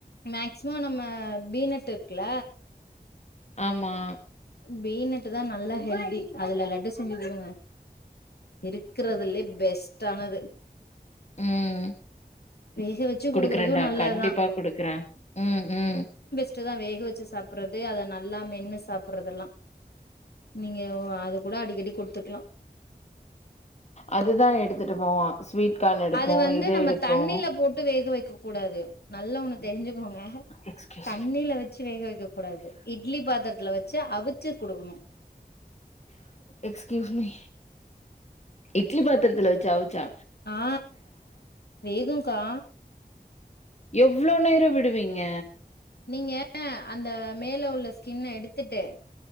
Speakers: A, on the left; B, on the left.
A: மேக்ஸிமம் நம்ம பீனட் இருக்குல
B: ஆமா
A: பீனட் தான் நல்லா ஹெல்தி அதுல லட்டு செஞ்சு குடுங்க இருக்குறதுலே பெஸ்ட்டானது
B: ம்
A: வேக வச்சு
B: குடுக்குறன்டா
A: குடுக்குறது நல்லதுதா
B: கண்டிப்பா குடுக்குறேன் ம் ம்
A: புட்டு தான் வேக வச்சு சாப்பிடுறது அதை ந நல்லா மென்னு சாப்படுறதெல்லாம் நீங்க அது கூட அடிக்கடி குடுத்துக்கலாம்
B: அதுதான் எடுத்துட்டு போவான் ஸ்வீட் கார்ன் எடுக்கும்.
A: அது வந்து
B: இது
A: நம்ம
B: எடுக்கும்.
A: தண்ணில போட்டு வேக வைக்க கூடாது நல்ல ஒண்ணு தெரிஞ்சுக்கோங்க
B: எக்ஸ்கியூஸ்
A: தண்ணியில
B: மீ.
A: வச்சு வேக வைக்க கூடாது இட்லி பாத்திரத்துல வச்சு அவிச்சு குடுக்கணும்
B: எக்ஸ்கியூஸ்மி இட்லி பாத்திரத்தில்ல வச்சி அவுச்சா
A: ஆ வேகுங்க்கா
B: எவ்ளோ நேரோ விடுவீங்க
A: நீங்க அந்த மேல உள்ள ஸ்கின்ன எடுத்துட்டு